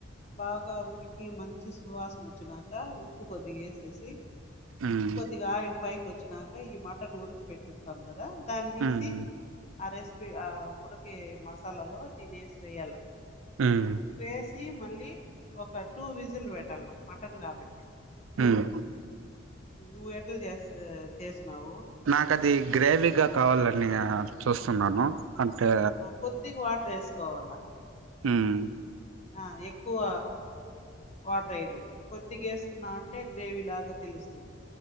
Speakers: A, on the left (about 35°); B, on the right (about 85°).
A: బాగా ఉడిక్ కి మంచి సువాసన వచ్చినాక ఉప్పు కొద్దిగా వేసేసి
B: ఉమ్
A: కొద్దిగా ఆయిల్ పై కి వచ్చినాక ఈ మటన్ ఉడక పెట్టుంటాం కదా దాన్ని తీసి
B: ఉమ్
A: ఆ రెసిపీ ఆ ఉడకి మసాలాలో దిన్నేసి వేయ్యాల
B: ఉమ్
A: వేసి మళ్ళీ ఒక టూ విజిల్ పెట్టాల మటన్ కాబట్టి
B: హ్మ్
A: మీ ఎట్లా చేస్త చేస్ చేసినావు
B: నాక అది గ్రేవీగా కావాలని చూస్తున్నాను. అంటే
A: కొద్దిగా వాటర్ వేసుకోవాలా
B: హ్మ్
A: ఆ ఎక్కువ వాటర్ ఎయ్యకూడదు కొద్దిగా వేసుకున్నా అంటే గ్రేవీ లాగా తెలుస్తుంది.